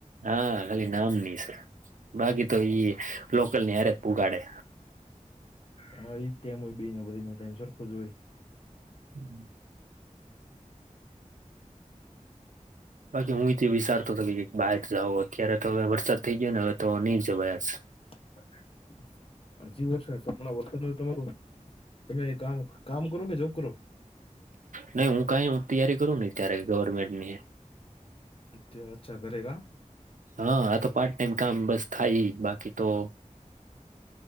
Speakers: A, on the right (about 75°); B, on the left (about 45°).
A: હા ખાલી નામ ની સે બાકી તો ઈ લોકલ ની હારે પોઘાડે.
B: હા ઇ ટેમ હોય બીજી ને બધી નો ટાઈમ સરખો જ હોય.
A: હમ પાછો હું ઈજ. વિસારતો તો મેં એક બહાર જાવો અત્યારે તો હવે વરસાદ થઈ ગયો ને હવે તો નહી જવાય.
B: અચ <inaudible> હજીબ છે <inaudible> હણા વસ્તુ તમારું તમે કામ કામ કરો કે જબ કરો
A: નઈ હું કઈ હું તૈયારી કરું નહી અત્યારે ગવર્મેન્ટ ની.
B: અચ્છા અચ્છા કરેગા.
A: હા આ તો પાર્ટ ટાઈમ કામ બસ થાય બાકી તો.